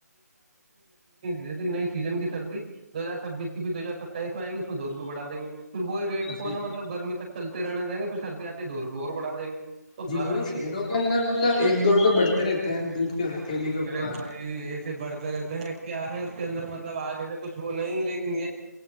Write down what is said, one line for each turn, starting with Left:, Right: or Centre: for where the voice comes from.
Right: جیسے کہ نئی سیزن کی سردی دو ہزار چھبیس کی پھر دو ہزار ستائیس میں آ گی اس میں دو روپئے بڑا دیں گ پھر وہیٹ کو
Left: جی
Right: ن مطب گرمی تک چلتے رہنے دیں گے پھر سردی آتی دور کو اور بڑا دیں گے تو
Left: جی
Right: غلط
Left: وہی شہروں
Right: ہے یہ
Left: کے اندر مطلب ایک دو روپئے بڑھتے رہتے ہیں دودھ کے تھیلی کے اوپر
Right: ارے بھائی ایسے بڑھتے رہتے ہیں کیا ہے اس کے اندر مطلب آگے سے کچھ وہ نہیں لیکن